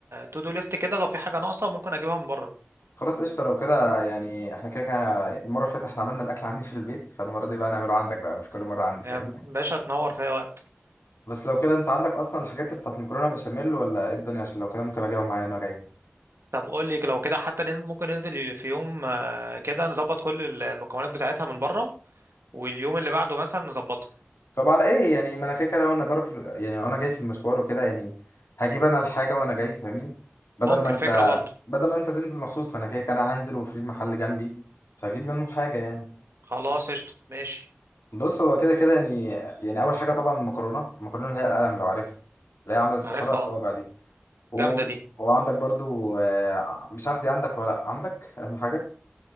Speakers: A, on the right; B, on the left.
A: تو دو ليست كده لو في حاجة ناقصة ممكن اجيبها من بره
B: خلاص قشطه لو كده يعني احنا كده كده المره اللي فاتت احنا عملنا الاكل عندي في البيت فالمره دي بقى نعمله عندك بقى مش كل مره عندي
A: يا
B: فاهمني
A: باشا تنور في اي وقت
B: بس لو كده انت عندك اصلا الحاجات بتاعت المكرونه بشاميل ولا ايه الدنيا عشان لو كده ممكن اجيبها معايا انا جاي
A: طب قول لي لو كده حتى نن- ممكن ننزل في يوم آه، كده نظبط كل ال- المكونات بتاعتها من بره واليوم اللي بعده مثلا نظبطها
B: طب على ايه يعني ما انا كده كده وانا ضارب في ال- يعني وانا جاي في المشوار وكده يعني هجيب انا الحاجه وانا جاي فاهمني بدل
A: ممكن
B: ما انت
A: فكرة برضه
B: بدل ما انت تنزل مخصوص فانا كده كده هنزل وفي محل جنبي فاجيب منه حاجه يعني
A: خلاص قشطة ماشي
B: بص هو كده كده يعني يعني اول حاجه طبعا المكرونه المكرونه اللي هي القلم لو عارفها اللي هي عامله شبه
A: عارفها
B: الصوابع
A: اه
B: دي و...
A: جامدة دي
B: وعندك برضو آه، مش عارف دي عندك ولا لأ. عندك اهم حاجه